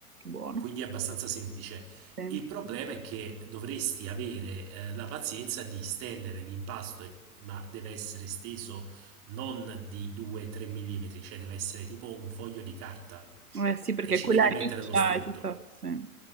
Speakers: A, on the right (about 80°); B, on the right (about 30°).
A: Buono.
B: quindi è abbastanza semplice.
A: Sì.
B: Il problema è che dovresti avere eh, la pazienza di stendere l'impasto, ma deve essere steso non di 2-3 mm, cioè deve essere tipo un foglio di carta
A: Eh sì, perché
B: e ci
A: quella
B: devi mettere
A: riccia
B: lo strutto.
A: è tutta... sì.